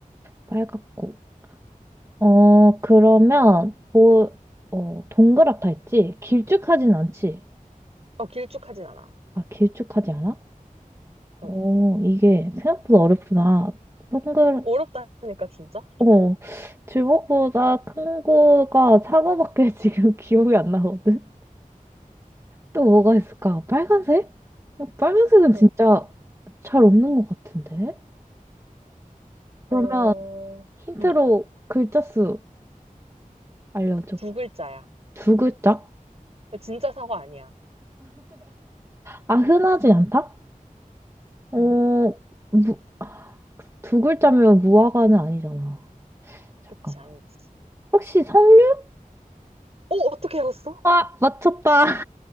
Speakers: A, on the right; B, on the right.
A: 빨갛고. 어, 그러면, 뭐, 어, 동그랗다 했지? 길쭉하진 않지?
B: 어, 길쭉하진 않아.
A: 아, 길쭉하지 않아?
B: 어.
A: 어, 이게 생각보다 어렵구나. 동글,
B: 어렵다니까, 진짜?
A: 어, 주먹보다 큰 거가 사과밖에 <laughs> 지금 기억이 안 나거든? 또 뭐가 있을까? 빨간색? 어, 빨간색은
B: 어,
A: 진짜 잘 없는 것 같은데? 그러면
B: 어,
A: 힌트로
B: 음,
A: 글자 수 알려줘.
B: 두 글자야.
A: 두 글자?
B: 진짜 사과 아니야.
A: 아, 흔하지 않다? 어,
B: 음,
A: 무, 아, 두 글자면 무화과는 아니잖아. 잠깐만.
B: 그치, 아니지.
A: 혹시 석류?
B: 어, 어떻게 알았어?
A: 아, 맞췄다.